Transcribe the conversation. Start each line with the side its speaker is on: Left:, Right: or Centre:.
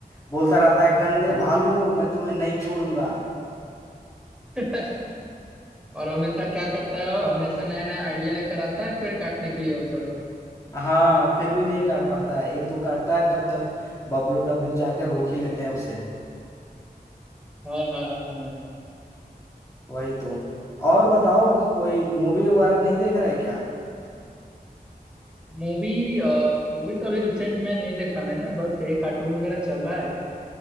Left: बोलता रहता है गंदे
Centre: और
Left: भालुओं मैं तुम्हें नहीं छोड़ूंगा
Centre: <laughs> और हमेशा क्या करता है वो? हमेशा नया नया आइडिया लेकर आता है पेड़ काटने के लिए वो तो
Left: हाँ फिर भी नहीं काट पाता है एक दो काटता है तब तक बबलू डब्लू जाके रोक ही लेते हैं उसे
Centre: हाँ हाँ हाँ हाँ
Left: वही तो और बताओ कोई मूवी वगैरह नहीं देख रहे क्या
Centre: मूवी मूवी तो अभी रिसेंट में नहीं देखा मैंने बस यही कार्टून वगैरह चल रहा है